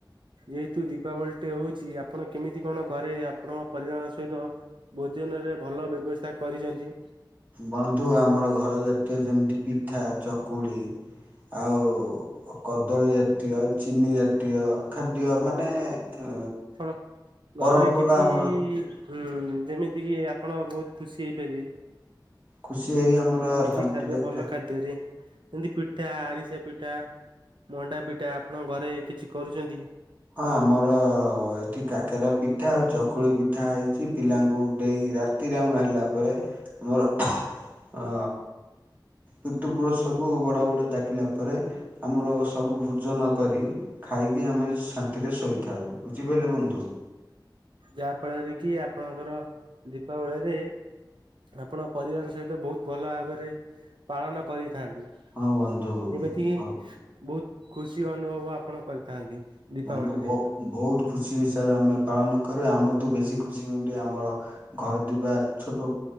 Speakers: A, on the right; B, on the right.
A: ଯେହେତୁ ଦୀପାବଳି ଟେ ହଉଛି ଆପଣ କେମିତି କଣ ଘରେ ଆପଣ ପରିବାର ସହିତ ଭୋଜନରେ ଭଲ ବ୍ୟବସ୍ଥା କରିଛନ୍ତି।
B: ବନ୍ଧୁ ଆମର ଘର ଜାତୀୟ ଯେମିତି ପିଠା ଚକୁଳି ଆଉ କଦଳୀ ଜାତୀୟ ଆଉ ଚିନି ଜାତୀୟ ଖାଦ୍ୟ ମାନେ ଅ
A: <inaudible>
B: ପରମ୍ପରା
A: ଘରେରେ କିଛି
B: ଆମର
A: ହୁଁ ଯେମିତି କିି ଆପଣ ବହୁତ ଖୁସି ହେଇପାରିବେ
B: ଖୁସି ହେଇ ଆମର
A: କିଛି
B: ଶାନ୍ତିରେ
A: ଖାଦ୍ୟ ଭଲ
B: ଖା
A: ଖାଦ୍ୟରେ ଏମତି ପିଠା ଆରିସା ପିଠା ମଣ୍ଡା ପିଠା ଆପଣଙ୍କ ଘରେ କିଛି କରୁଛନ୍ତି
B: ହଁ ଆମର ଏଠି କାକେରା ପିଠା ଆଉ ଚକୁଳି ପିଠା ହେଇଛି ପିଲାଙ୍କୁ ଦେଇ ରାତିରେ ଆରମ୍ଭ ହେଲା ପରେ ଆମର ଅ ପିତୃପୁରୁଷକୁ ବଡବଡ଼ୁଆଡ଼କିଲା ପରେ ଆମର ସବୁ ଭୋଜନ କରି ଖାଇକି ଆମେ ଶାନ୍ତିରେ ଶୋଇଥାଉ ବୁଝିପାରିଲେ ବନ୍ଧୁ
A: ଯାହା ଫଳରେ କି ଆପଣଙ୍କର ଦୀପାବଳିରେ ଆପଣ ପରିବାର ସହିତ ବହୁତ ଭଲ ଭାବରେ ପାଳନ କରିଥାନ୍ତି
B: ହଁ ବନ୍ଧୁ
A: ଯେମିତିକି
B: ଭଲ
A: ବହୁତ ଖୁସି ଅନୁଭବ ଆପଣ କରିଥାନ୍ତି। ଦୀପାବଳିରେ।
B: ବନ୍ଧୁହୁ ବହୁ ବହୁତ ଖୁସି ଆମେ ପାଳନ କରୁ ଆମଠୁ ବେଶୀ ଖୁସି ହୁଅନ୍ତି ଆମର ଘରେ ଥିବା ଛୋଟ